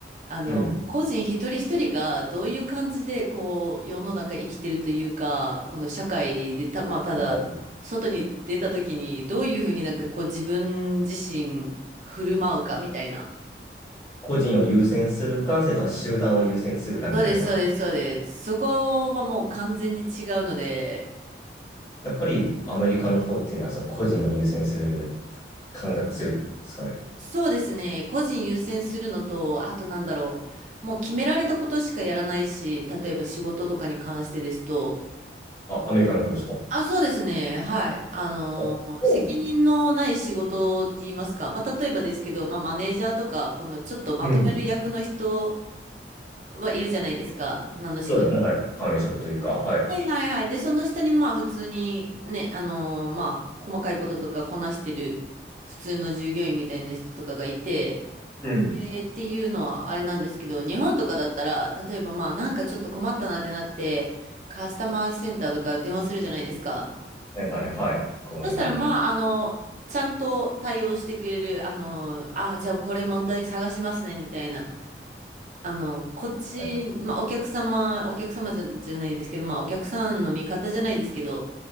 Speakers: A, on the right; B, on the left.
A: あの、
B: うん。
A: 個人一人一人がどういう感じで、こう、世の中生きてるというか、この社会でた、まあ、ただ、
B: あの
A: 外に出た時に、どういうふうになんかこう、自分自身振る舞うかみたいな。
B: 個人を優先するか、それとも集団を優先するかみたいな。
A: そうです、そうです、そうです。そこはもう完全に違うので、
B: やっぱりアメリカの方っていうのはその個人を優先する感覚が強いですかね。
A: そうですね、個人優先するのと、あとなんだろう、もう決められたことしかやらないし、例えば仕事とかに関してですと、
B: あ、アメリカの方ですかあ
A: あ、そうですね。はい。あの、
B: そうなんですね
A: 責任のない仕事って言いますか。まあ、例えばですけど、まあ、マネージャーとか、このちょっとまとめる役の人
B: うん。
A: はいるじゃないですか。何の仕事。
B: そうですね、はい。管理職というか、はい。
A: はいはいはい。で、その下に、まあ、普通にね、あの、まあ、細かいこととかこなしてる普通の従業員みたいな人とかがいて、
B: うん。
A: で、っていうのはあれなんですけど、日本とかだったら、例えばまあ、なんかちょっと困ったなってなって、カスタマーセンターとか電話するじゃないですか。
B: センターに、はい。こうありますね。
A: そしたら、まあ、あの、ちゃんと対応してくれる、あの、あ、じゃあこれ問題探しますね、みたいな。あの、こっち、
B: はい。
A: まあ、お客様、お客様じゃ、じゃないですけど、まあ、お客さんの味方じゃないですけど、